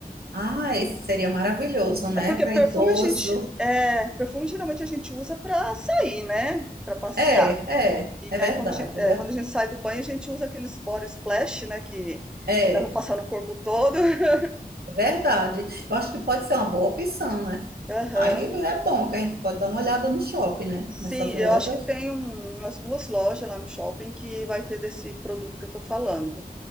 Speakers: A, on the right; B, in the centre.
A: Ah, esse seria maravilhoso, né?
B: É porque
A: Para
B: perfume
A: idoso.
B: a gente, é, perfume geralmente a gente usa pra sair, né? Pra passear.
A: É, é,
B: E
A: é verdade,
B: aí, quando a gente, é,
A: é verdade.
B: quando a gente sai do banho, a gente usa aqueles body splash, né? Que
A: É,
B: dá pra passar no corpo todo. <laughs>
A: é verdade. Eu acho que pode ser uma boa opção, né?
B: Aham.
A: Aí é bom que a gente pode dar uma olhada no shopping, né?
B: Sim,
A: Nessas
B: eu
A: lojas
B: acho que tem um- umas duas lojas lá no shopping que vai ter desse produto que eu tô falando.